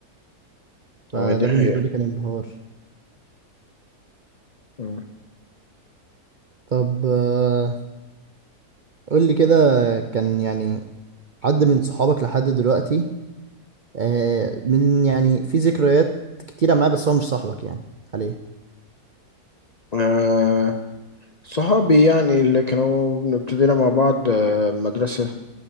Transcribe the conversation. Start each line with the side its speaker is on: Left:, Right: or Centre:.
Right: فده
Left: هو دي حقيقة
Right: بالنسبة لي كان انبهار
Left: مم.
Right: طب آه، قول لي كده كان يعني حد من صحابك لحد دلوقتي آه، من يعني في ذكريات كتيرة معاه بس هو مش صاحبك يعني حاليا
Left: آه، صحابي يعني اللي كانوا ابتدينا مع بعض آه، مدرسة